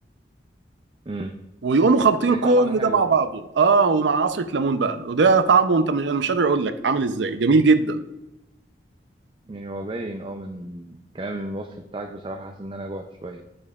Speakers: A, on the right; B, on the right.
A: امم
B: ويقوموا خلطين
A: بيطلع
B: كل
A: طعمه حلو
B: ده مع بعضه اه ومع عصرة ليمون بقى وده طعمه انت م- انا مش قادر اقول لك عامل ازاي جميل جدا
A: يعني هو باين اه من كلام الوصف بتاعك بصراحه حاسس ان انا جوعت شويه